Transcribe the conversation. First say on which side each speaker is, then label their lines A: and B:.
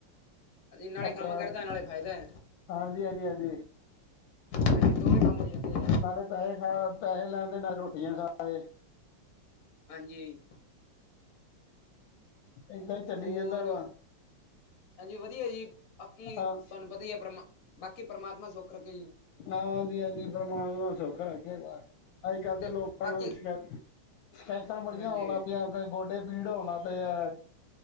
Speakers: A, on the left; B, on the left.
A: ਅਸੀਂ ਨਾਲੇ
B: ਅਪ੍ਰੈਲ
A: ਕੰਮ ਕਰਦਾ ਨਾਲੇ ਖਾਇਦਾ।
B: ਹਾਂਜੀ, ਹਾਂਜੀ, ਹਾਂਜੀ।
A: ਹਾਂਜੀ ਦੋਵੇਂ ਕੰਮ ਹੋ ਜਾਂਦੇ ਆ
B: ਨਾਲੇ ਪੈਹੇ ਖਾ ਪੈਹੇ ਲੇ ਆਂਦੇ ਨਾਲੇ ਰੋਟੀਆਂ ਖਾ ਆਏ।
A: ਹਾਂਜੀ।
B: ਇਦਾਂ ਈ ਚੱਲੀ
A: ਹੋਰ
B: ਜਾਂਦਾ ਵਾਂ।
A: ਹਾਂਜੀ ਵਧੀਆ ਜੀ ਬਾਕੀ
B: ਹਾਂ
A: ਤੁਹਾਨੂੰ ਪਤਾ ਈ ਐ ਪਰਮਾ ਬਾਕੀ ਪ੍ਰਮਾਤਮਾਂ ਸੁੱਖ ਰੱਖੇ ਜੀ।
B: ਨਾ ਹਾਂਜੀ-ਹਾਂਜੀ ਪਰਮਾਤਮਾ ਸੁੱਖ ਰੱਖੇ ਬਸ, ਅੱਜ-ਕੱਲ੍ਹ
A: ਤੇ
B: ਤਾਂ ਲੋਕਾਂ
A: ਬਾਕੀ
B: ਨੂੰ ਸ਼ਿਕਾਇਤ ਸ਼ਿਕਾਇਤਾਂ ਬੜੀਆਂ
A: ਹਾਂਜੀ
B: ਆਉਣ ਲੱਗ ਪਿਆ। ਕੋਈ ਗੋਡੇ ਪੀੜ ਹੋਣ ਲੱਗ ਪਏ ਆ,